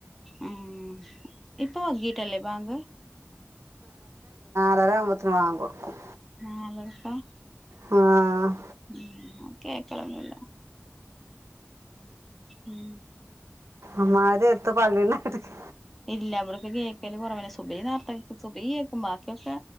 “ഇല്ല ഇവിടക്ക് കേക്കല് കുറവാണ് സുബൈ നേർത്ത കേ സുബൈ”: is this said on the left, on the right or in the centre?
Centre